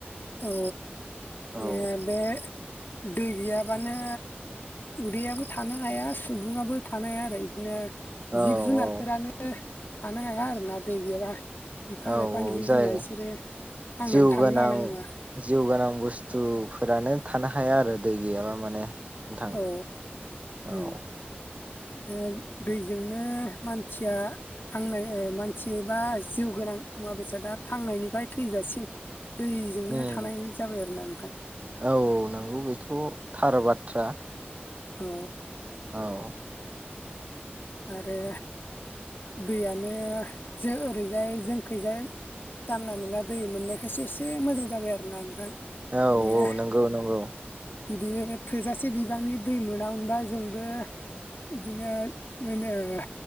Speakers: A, on the left (about 60°); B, on the right (about 35°).
A: औ
B: औ
A: मे बे दै गैयाबानो उदैयाबो थानो हाया सुबुङाबो थानो हाया आरो इदिनो
B: औ
A: जिब जुनारफोरानो
B: औ
A: थानो हाया आरोना दै गैयाबा। बिफां
B: औ
A: लाइफां
B: औ
A: जिब
B: जाय
A: जुनार इसोरो थांनानै
B: जिउ
A: थानो
B: गोनां
A: हानाय नङा।
B: जिउ गोनां बुस्थुफोरानो थानो हाया आरो दै गैयाबा माने। नोंथां
A: औ
B: औ
A: उम। ओ दैजोंनो मानथिया थांनाय ओ मानसि बा जिउ गोनां मुवा बेसादा थांनायनिफाय थैजासिम दैजोंनो
B: उम
A: थानाय जाबाय आरोना ओमफाय।
B: औ नोंगौ बेथ' थार बाथ्रा।
A: औ।
B: औ।
A: आरो दैयानो जो ओरैजाय जोंखैजाय जानला मोनला दै मोननायखायसो एसे मोजां जाबाय आरोना नोंथां।
B: औ
A: माने
B: औ नोंगौ नंगौ।
A: बिदि थोजासे बिबांनि दै मोनामोनबा जोंबो इदिनो मोन ओ